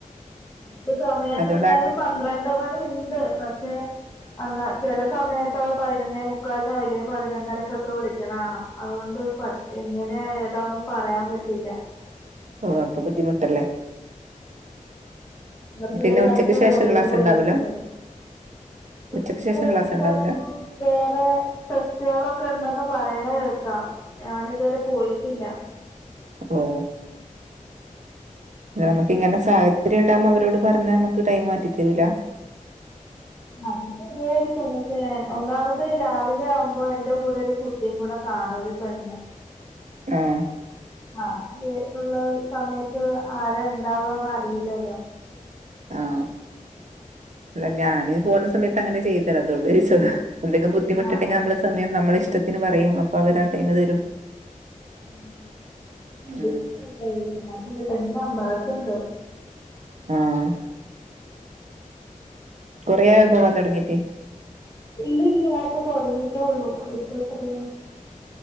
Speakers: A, on the left (about 20°); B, on the right (about 60°).
A: ദ് സമയംന്നർഞ്ഞാല്
B: അതുകൊണ്ട് ആ
A: പന്ത്രണ്ട് മണിണ്ട് പക്ഷെ അന്നാ ചെല സമയത്തത് പയ്നൊന്നേ മുക്കാൽനോ ഇല്ലെ പതിനൊന്നരക്കൊക്കെ വിളിക്ക്യണാണ അത്കൊണ്ട് ഫസ്റ്റ് ങ്ങനെയെതാന്നു പറയാം പറ്റുല്ല
B: ആഹ് അതും ബുദ്ധിമുട്ടല്ലേ
A: ലപ്പൊ ഇവര്
B: പിന്നെ
A: രണ്ടേരും
B: ഉച്ചക്ക് ശേഷം
A: ഒരേ
B: ക്ലാസ്
A: പോലെയായിരിക്കും
B: ഉണ്ടാവൂല
A: വര്വ ഉച്ചിശം
B: ഉച്ചക്ക് ശേഷം ക്ലാസ്
A: കഷ്ട്ടാണ്
B: ഉണ്ടാവൂല
A: വേറെ ടെസ്റ്റുള്ക്കെണ്ടന്ന് പറേണഅ് കേക്കാം ഞാനിതുവരെ പോയിറ്റില്ല
B: ഓഹ് നമക്കിങ്ങനെ സാ ചര്യം ഉണ്ടാമ്പം അവരോട് പറഞ്ഞാമ്ക്ക് ടൈമ് മാറ്റി തരൂല്ലാ
A: അതശരിയായിരിക്ക പക്ഷേ ഒന്നാമത് രാവിലെ ആവുമ്പോ എന്റെ കൂടെ ഒരു കു ട്ടിങ്കുടെ കാണും ഒര് പെണ്ണ്
B: ആഹ്
A: ആ <unintelligible> ഉള്ളഅ് സമയത്ത് ആരാണ്ടാവാന്നാറിലലോ
B: ആഹ് ല്ല ഞാനീ പോവുന്ന സമയത്ത് അങ്ങനെ ചെയ്യത്തില അതൊണ്ട് ചോയ്ച്ചതാ എന്തേങ്കു ബുദ്ധിമുട്ട്ണ്ടെങ്കി
A: ആഹ് ആഹ്
B: അമ്മള് സമയം നമ്മളിഷ്ടത്തിന് പറയും അപ്പ അവരാ ടൈമ് തെരും
A: <unintelligible> <unintelligible>
B: ഉം
A: ന്റെ റമ്പറക്ക്ണ്ട്.
B: ആഹ് കൊറേ ആയോ പോവാൻ തുടങ്ങീട്ട്
A: ഇല്യല്ല്യ ആപ്പ തൊടങ്ങീട്ടേ ഉള്ളൂ ഇപ്പൊ എത്രയാ